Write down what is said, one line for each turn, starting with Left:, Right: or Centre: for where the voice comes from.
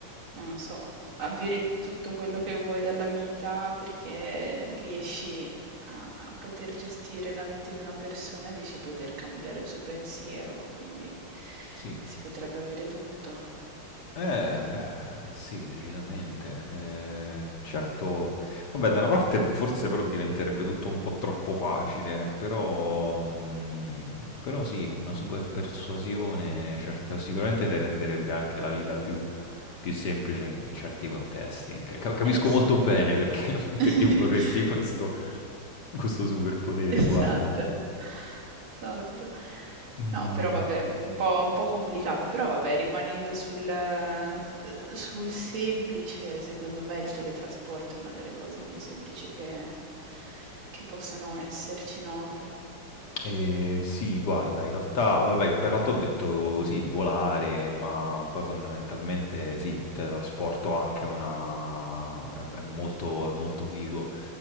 Right: non lo so, avere tutto quello che vuoi dalla vita perché riesci a, a poter gestire la mente di una persona e riesci a poter cambiare il suo pensiero, quindi
Left: Sì.
Right: si potrebbe avere tutto.
Left: Eh, beh, sì, decisamente. Eh, certo, vabbè, da una parte forse però diventerebbe tutto un po' troppo facile, però, mm, però sì, una super persuasione, certo, sicuramente ti renderebbe anche la vita più più semplice in certi contesti. Ca- capisco
Right: Eh sì.
Left: molto bene perché, <laughs> perché
Right: <laughs>
Left: vorresti questo, questo superpotere,
Right: <laughs> Esatto,
Left: guarda.
Right: esatto.
Left: Mm,
Right: No, però vabbè, un po', un po' complicato, però vabbè, rimanendo sul, eh, sul semplice, secondo me il teletrasporto è una delle cose più semplici che, che possano esserci, no?
Left: Eh, sì, guarda, in realtà, vabbè, per l'altro ho detto sì, volare, ma poi fondamentalmente sì, teletrasporto anche a una... è, è molto, è molto figo.